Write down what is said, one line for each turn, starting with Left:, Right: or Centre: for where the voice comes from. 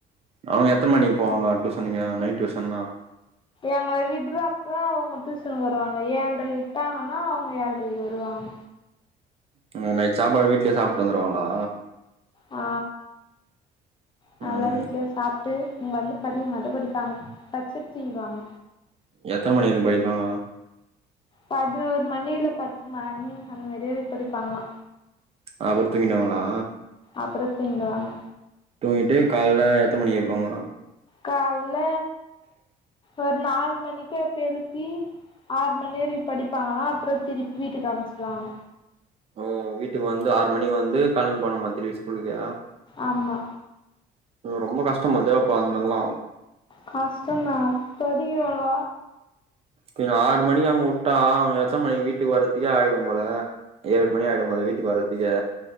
Right: அவுங்க எத்தன மணிக்கு போவாங்க டூசனுக்கு நைட் டூஷன்னா
Left: எங்கள விட்றப்ப அவுங்க டூசனுக்கு வருவாங்க ஏழ்ரக்கி விட்டாங்கன்னா அவுங்க ஏழ்ரக்கி வருவாங்க
Right: அங்க நைட் சாப்பாடு வீட்லய சாப்ட்டு வந்துருவாங்களா
Left: ஆ அதலா
Right: ம்
Left: வீட்லயே சாப்ட்டு இங்க வந்து படிக்க மட்டு படிப்பாங்க படுச்சுட்டு தூங்கிற்வாங்க
Right: எத்தன மணி வரைக்கு படிப்பாங்க
Left: பதினோரு மணி இல்ல பத்து மணி அந்த மாரியா படிப்பாங்கலா
Right: அது படுத் தூங்கிட்டாங்களா
Left: அப்பற தூங்கிடுவாங்க
Right: தூங்கிட்டு காலேல எத்தன மணிக்கு எழுப்புவாங்க
Left: காலேல ஒரு நாலு மணிக்கோ எப்பயோ எழுப் பி ஆறு மணி வரைக்கு படிப்பாங்களா அப்பறோ திருப்பி வீட்டுக்கு அனுப்ச்சுடுவாங்க
Right: ஓ வீட்டுக்கு வந்து ஆறு மணிக்கு வந்து கெழம்பி போனுமா திருப்பி ஸ் குளுதியா
Left: ஆமா
Right: ரொம்போ கஷ்டோ போல்தே இப்போ அந்த மேரிலா
Left: கஷ்டோந்தா படியோல
Right: பின்ன ஆறு மணிக்கு அங்க உட்டா அங்க எத்தன மணிக்கு வீட்டுக்கு வரத்துக்கே ஆயிடும்போல ஏழு மணி ஆயிடோ போல வீட்டுக்கு வர்றத்துகே